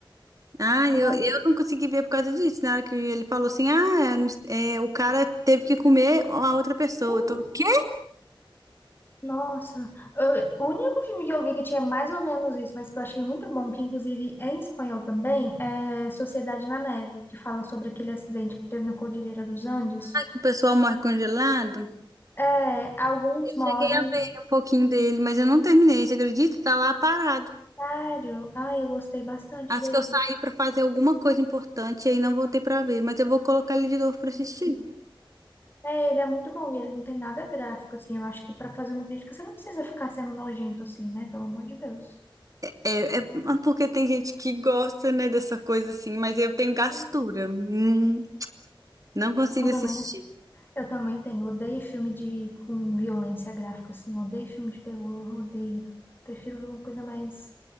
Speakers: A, on the right; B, on the left.
A: Ah, eu,
B: Eu
A: eu não consegui ver por causa disso. Na hora que ele falou assim, ah, é, é, o cara teve que comer a outra pessoa.
B: acho.
A: Eu Tô, o quê?
B: Nossa, eu- o único filme que eu vi que tinha mais ou menos isso, mas que eu achei muito bom, que inclusive é em espanhol também, é Sociedade na Neve, que fala sobre aquele acidente que teve na Cordilheira dos Andes.
A: O pessoal morre congelado.
B: É, alguns
A: Eu
B: morrem.
A: cheguei a ver um pouquinho dele, mas eu não terminei, você acredita? Tá lá parado.
B: Sério? Ai, eu gostei bastante
A: Acho
B: dele.
A: que eu saí pra fazer alguma coisa importante e aí não voltei pra ver, mas eu vou colocar ele de novo
B: Esqueci.
A: pra assistir.
B: É, ele é muito bom e ele não tem nada gráfico, assim. Eu acho que pra fazer uma crítica você não precisa ficar sendo nojento, assim, né? Pelo amor de Deus.
A: É, é porque tem gente que gosta, né, dessa coisa assim, mas eu tenho gastura.
B: Eu
A: Hum, não consigo assistir.
B: também Eu também tenho. Odeio filme de com violência gráfica, assim. Odeio filme de terror, odeio. Prefiro ver uma coisa mais,